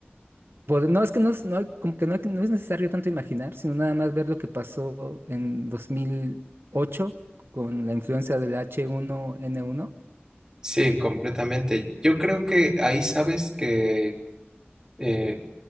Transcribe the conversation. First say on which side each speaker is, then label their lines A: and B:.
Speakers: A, on the right; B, on the right.
A: Pues, no, es que no es, no hay- como que no, hay- no es necesario tanto imaginar, sino nada más ver lo que pasó en dos mil ocho con la influencia del H1N1.
B: Sí, completamente. Yo creo que ahí sabes que, eh,